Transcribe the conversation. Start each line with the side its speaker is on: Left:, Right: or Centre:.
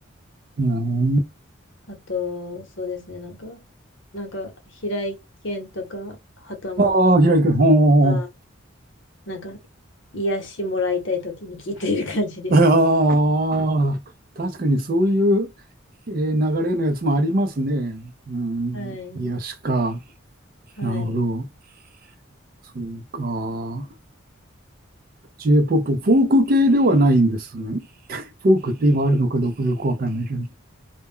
Right: うん、
Left: あとそうですね、なんか、なんか平井堅とか旗本
Right: ああ、平井君、ほ
Left: さんとか、なんか癒しもらいたい時に聴いている感じです。
Right: う。ああ、確かにそういうえー流れのやつもありますね。うん、
Left: はい。
Right: 癒しか。
Left: はい。
Right: なるほど。そうか。J-POP、フォーク系ではないんですね。フォークって今あるのかどうかよくわかんないけど。